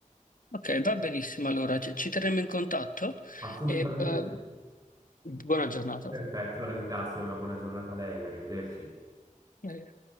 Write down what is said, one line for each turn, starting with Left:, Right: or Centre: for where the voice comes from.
Left: Ok, va benissimo, allora ci, ci terremo in contatto
Right: Assolutamente
Left: e eh,
Right: sì.
Left: buona giornata.
Right: Perfetto, la ringrazio. Una buona giornata a lei. Arrivederci.
Left: Eh,